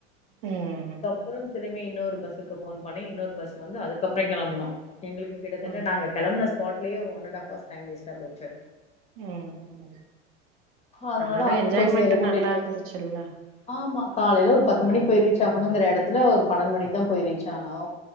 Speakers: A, on the right; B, on the left.
A: ம்
B: அப்புறோ திரும்பி இன்னொரு பஸ்ஸுக்கு ஃபோன் பண்ணி இன்னொரு பஸ் வந்து அதுக்கப்புற கிளம்பனோ எங்களுக்கு கிட்டத்தட்ட
A: ம்
B: நாங்க கிளம்பனா ஸ்பாட்லயே ஒரு one and half hours time வேஸ்ட்டா போச்சு
A: ம்
B: அதுனால
A: ஆனாலு
B: அங்க
A: என்ஜாய்மெண்ட்
B: போய் சேரவு
A: நல்லா
B: லேட் ஆயிடுச்சு
A: இருந்துச்சுல்ல
B: ஆமா காலையில ஒரு பத்து
A: ம்
B: மணிக்கு போய் ரீ ச் ஆகனுங்கிற இடத்துல ஒரு பனெண்டு மணிக்கு தா போய் ரீச் ஆனோ